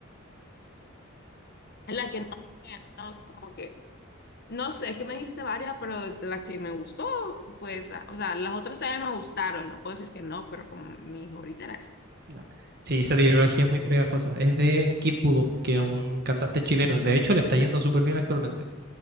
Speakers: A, on the left; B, on the right.
A: Es la que no, no, como que. No sé, es que me dijiste varias, pero la que me gustó fue esa. O sea, las otras también me gustaron. No puedo decir que no, pero como mi favorita era esa.
B: Nah. Sí, esa trilogía es muy pegajosa. Es de Kid Voodoo, que es un cantante chileno. De hecho, le está yendo súper bien actualmente.